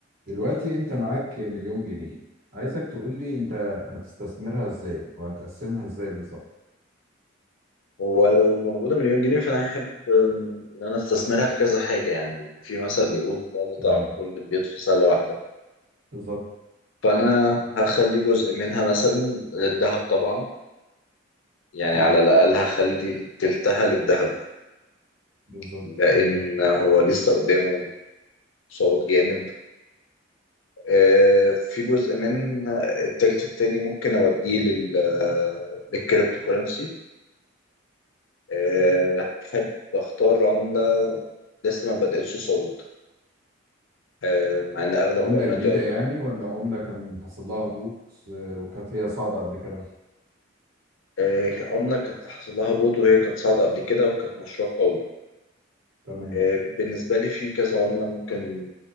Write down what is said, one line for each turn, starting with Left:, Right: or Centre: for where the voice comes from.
Right: دلوقتي انت معاك مليون جنيه عايزك تقول لي انت هتستثمرها ازاي وهتقسمها ازاي بالظبط
Left: هو لو موجودة مليون جنيه فأنا أحب أم، إن أنا أستثمرها في كذا حاجة يعني في مثل بيقول لا تضع
Right: تمام
Left: كل البيض في سلة واحدة
Right: بالظبط
Left: فأنا هخلي جزء منها مثلا للذهب طبعا يعني
Right: اكيد
Left: على الأقل هخلي تلتها للذهب
Right: بالظبط
Left: لأن
Right: تمام
Left: هو لسه قدامه صعود جامد آه، في جزء من التلت التاني ممكن أوديه لل للكريبتو كورنسي آه، أحب أختار عملة لسه ما بدأتش صعود آه، مع ان اغلب
Right: عملة
Left: العملات
Right: جديدة
Left: يقعد
Right: يعني ولا عملة كان حصل لها هبوط آه، وكانت هي صاعدة قبل كده
Left: آه، عمله كانت حصل لها هبوط وهي كانت صاعده قبل كده وكانت مشروع قوي
Right: تمام
Left: آه، بالنسبه لي في كذا عمله ممكن